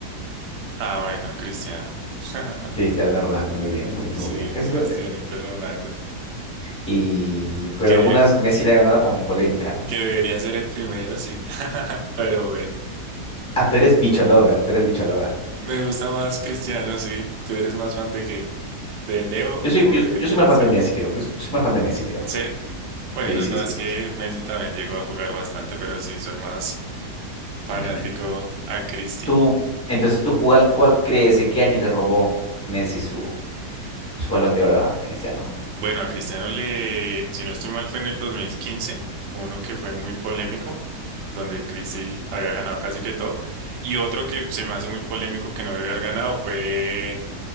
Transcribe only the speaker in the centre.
Cristiano Ronaldo, muy bien, muy bien,
muy bien. Eso,
Y, pero
algunas Messi le ha ganado con polémica, ¿no?
Ah, tú eres bicho lover, tú eres bicho lover.
Yo soy,
yo,
yo soy
más fan de Messi, creo. Yo, soy yo soy más fan de Messi, creo.
Sí, sí,
sí,
sí,
sí.
<clears throat>
Tú, entonces, ¿tú cuál, cuál crees? ¿En qué año le robó Messi su, su balón de oro a Cristiano?